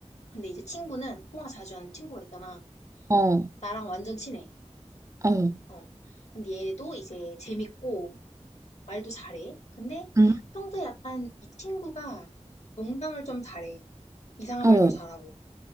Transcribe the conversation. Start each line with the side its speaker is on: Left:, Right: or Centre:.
Left: 근데 이제 친구는 통화 자주 하는 친구가 있잖아.
Right: 어,
Left: 나랑 완전 친해.
Right: 어,
Left: 어. 근데 얘도 이제 재밌고 말도 잘해. 근데
Right: 음,
Left: 평소에 약간 이 친구가 농담을 좀 잘해. 이상한
Right: 어,
Left: 말도 잘하고.